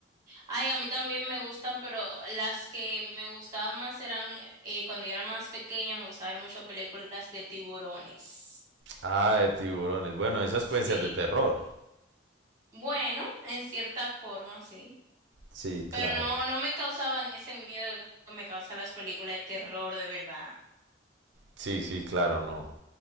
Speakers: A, on the right (about 20°); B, on the right (about 60°).
A: Ay, a mí también me gustan, pero las que me gustaban más eran, eh, cuando yo era más pequeña, me gustaba ver mucho películas de tiburones.
B: Ah, de tiburones. Bueno, esas
A: Sí.
B: pueden ser de terror.
A: Bueno, en cierta forma, sí.
B: Sí,
A: Pero
B: claro.
A: no, no me causaban ese miedo que me causan las películas de terror, de verdad.
B: Sí, sí, claro, no.